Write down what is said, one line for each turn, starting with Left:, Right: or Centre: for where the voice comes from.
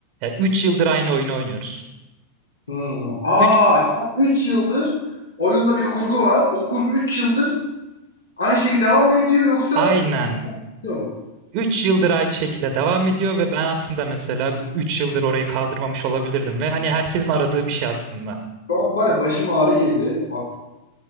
Right: 3 yıldır aynı oyunu oynuyoruz.
Left: Hmm. Aa,
Right: 3
Left: sen yıldır oyunda bir kurgu var. O kurgu 3 yıldır aynı şekilde devam mı ediyor yoksa
Right: aynen
Left: kurtuluyor mu?
Right: 3 yıldır aynı şekilde devam ediyor ve ben aslında mesela bu 3 yıldır orayı kaldırmamış olabilirdim ve hani herkesin aradığı bir şey aslında.
Left: Bak bari başıma ağrı girdi. Bak,